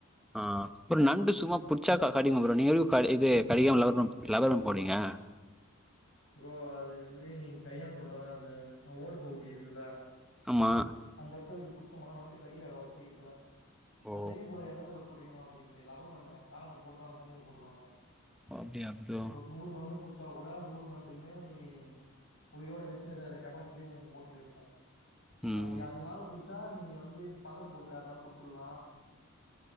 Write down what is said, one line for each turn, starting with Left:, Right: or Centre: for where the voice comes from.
Centre: ஆ அப்பறோ நண்டு சும்மா
Left: ம்
Centre: புட்ச்சா கா கடிக்கு அப்பொறொ நீங்காலு கடி இது கடிக்கலாமா இருக்கு லப்பர் பேண்ட் போட்றீங்க
Left: ப்ரோ அது வந்து நீங்க கையால தொட்டா தா அது ஓடு பகுதி இருக்கு இல்ல
Centre: ஆமா
Left: அந்த எடத்துல நீங்க எப்டி பிடிச்சொம்முன்னா நண்டு கடிக்காது அவ்ளோ சீக்ரத்துல
Centre: ஓ
Left: அது தெரியு ப்ரோ எந்த எடத்துல புடிக்கணு அப்டின்ட்டு லப்பர் பேண்ட அந்த கால போட்டா அவங்க தண்ணில போட்டுருவாங்க
Centre: ஓ அப்டியா ப்ரோ
Left: நூறு நாணு புச்சா கூட நூறு நண் எதுமே நீ உயிரோட வெச்சா நறையா கொப்பாசிட்டியு போட்ல இருக்கு
Centre: ம்
Left: அப்டி அது மேல புடிச்சா நீ வந்து பக்கத்து போட்டுல யாருனா குடுத்துட்லா